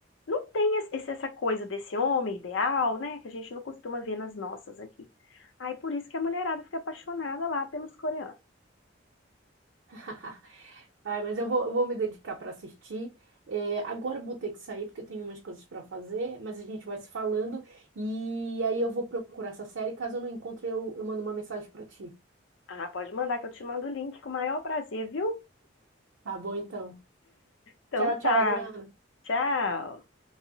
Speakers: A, on the left; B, on the right.
A: não tem es- esse- essa coisa desse homem ideal, né? Que a gente não costuma ver nas nossas aqui. Aí por isso que a mulherada fica apaixonada lá pelos coreanos.
B: <laughs> Ai, mas eu vou, eu vou me dedicar para assistir. É, agora eu vou ter que sair porque eu tenho umas coisas para fazer, mas a gente vai se falando e aí eu vou procurar essa série. Caso eu não encontre, eu, eu mando uma mensagem para ti.
A: Ah, pode mandar que eu te mando o link com o maior prazer, viu?
B: Tá bom, então.
A: Então
B: Tchau, tchau,
A: tá.
B: Adriana.
A: Tchau.